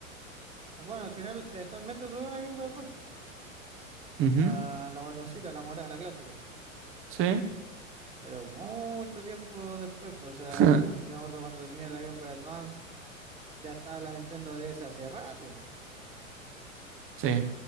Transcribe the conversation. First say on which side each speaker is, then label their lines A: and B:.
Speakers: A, on the right (about 15°); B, on the right (about 30°).
A: Bueno, al final, eventualmente tuve una Game Boy Advance.
B: Ujú,
A: La, la guatoncita, la morada, la clásica.
B: sí,
A: Pero mucho tiempo después, pues, o sea,
B: <laughs>
A: yo me acuerdo cuando tenía la Game Boy Advance, ya estaba la Nintendo DS hace rato,
B: sí.